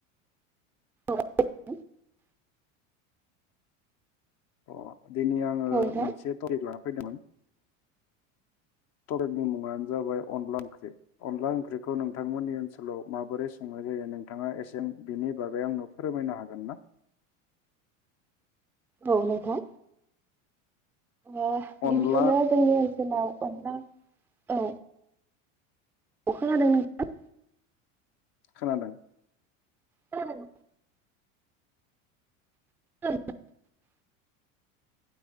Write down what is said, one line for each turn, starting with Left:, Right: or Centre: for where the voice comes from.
Centre: <unintelligible>
Left: अ दिनै आङो
Centre: नोंथां।
Left: मोनसे टपिक लानानै फैदोमोन टपिकनि मुंआनो जाबाय अनला ओंख्रि अनला ओंख्रिखौ नोंथांमोननि ओनसोलाव माबोरै संनाय जायो नोंथाङा एसे बिनि बागै आंनो फोरमायनो हागोन ना
Centre: औ नोंथां अ
Left: अनला
Centre: गिबियावनो जोंनि ओनसोलाव अनला औ अ खोनादों नोंथां
Left: खोनादों
Centre: खोनादोंना <unintelligible>